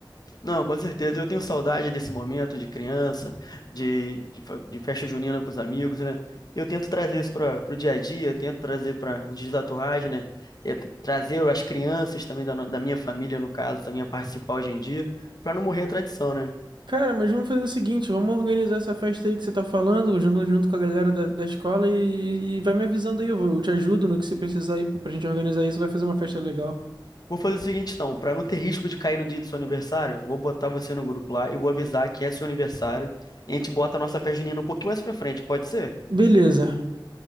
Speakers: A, on the left; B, on the right.
A: Não, com certeza, eu tenho saudade desse momento de criança, de, de, fa- de festa junina com os amigos, né? Eu tento trazer isso para o dia a dia, tento trazer para o Dias da Torragem, né? É, trazer as crianças também da, no- da minha família, no caso, também a participar hoje em dia, para não morrer a tradição, né?
B: Cara, mas vamos fazer o seguinte, vamos organizar essa festa aí que você tá falando, junto, junto com a galera da, da escola e, e vai me avisando aí, eu, vou- eu te ajudo no que você precisar aí pra pra gente organizar isso, vai fazer uma festa legal.
A: Vou fazer o seguinte, então, para não ter risco de cair no dia do seu aniversário, vou botar você no grupo lá e vou avisar que é seu aniversário. E a gente bota a nossa festa junina um pouquinho mais pra frente, pode ser?
B: Beleza,